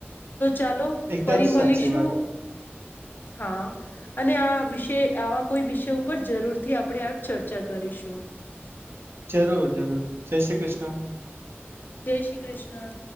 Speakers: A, on the left (about 50°); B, on the right (about 65°).
A: તો ચાલો
B: એકદમ
A: ફરી મળીશું
B: સાચી વાત
A: હા અને આ વિષ આવા કોઈ વિષય ઉપર જરૂરથી આપણે આ ચર્ચા કરીશું.
B: જરૂર જરૂર જય શ્રી કૃષ્ણ.
A: જય શ્રી કૃષ્ણ.